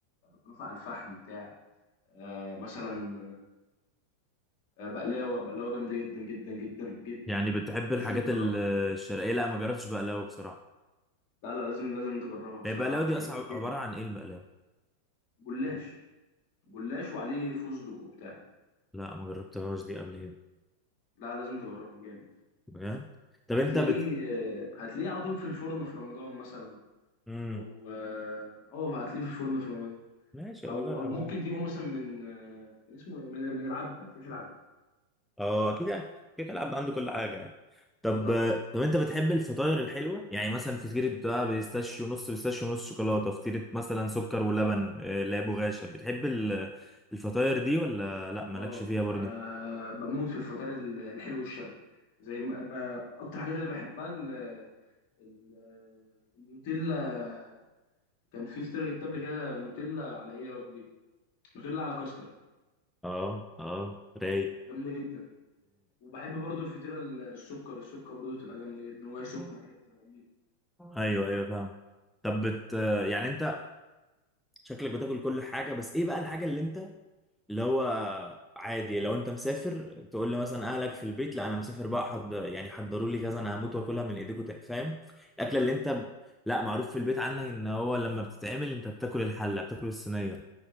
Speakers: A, on the left (about 45°); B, in the centre.
A: كنافه على الفحم بتاع آه مثلا آه آه، بقلاوه بقلاوه جامده جدا جدا جدا جدا
B: يعني
A: لو
B: بتحب
A: ما جربتهاش
B: الحاجات
A: لازم تجربها
B: ال- الشرقية لا ما جربتش بقلاوة بصراحة
A: لا لا لازم لازم تجربها بصراحة
B: هي البقلاوة دي
A: هتعجبك
B: أصلا
A: جدا
B: عبارة عن إيه البقلاوة؟
A: جلاش جلاش وعليه فستق وبتاع
B: لا ما جربتهاش دي قبل هنا
A: لا لازم تجربه جامد
B: بجد طب
A: هتلاقيه
B: أنت بت
A: هتلاقيه على طول في الفرن في رمضان مثلا
B: مم.
A: او اه أه، هتلاقيه في الفرن في رمضان
B: ماشي
A: او
B: أبقى أجرب
A: او ممكن
B: عادي
A: تجيبه مثلا من آه، كان اسمه إيه؟ من من العبد هتلاقيه في العبد
B: أه أكيد يعني كده كده العبد عنده كل حاجة يعني طب
A: اه طبعا
B: طب أنت بتحب الفطاير الحلوة؟ يعني مثلا فطيرة بقى بيستاشيو نص بيستاشيو نص شوكولاتة فطيرة مثلا سكر ولبن آه، لا بغاشة بتحب ال- الفطاير دي ولا لا مالكش
A: اه
B: فيها
A: ب-
B: برضه؟
A: بموت في الفطار ال- الحلو الشرقي زي ما ب... اكتر حاجات اللي بحبها ال... ال... النوتيلا كان في فطيرة جبت قبل كده نوتيلا على ايه يا ربي نوتيلا على كاستر
B: أه أه رايق
A: جامده جدا وبحب برضو الفطيره ال- السكر السكر برضو بتبقى جامده جدا وهي سخنه
B: مم.
A: كده بتبقى جميله
B: ايوه ايوه فاهم طب بت يعني انت شكلك بتاكل كل حاجه بس ايه بقى الحاجه اللي انت اللي هو عادي لو انت مسافر تقول لي مثلا اهلك في البيت لا انا مسافر بقى حض... يعني حضروا لي كذا انا هموت واكلها من ايديكم تق- فاهم الاكله اللي انت ب... لا معروف في البيت عنك ان هو لما بتتعمل انت بتاكل الحله بتاكل الصينيه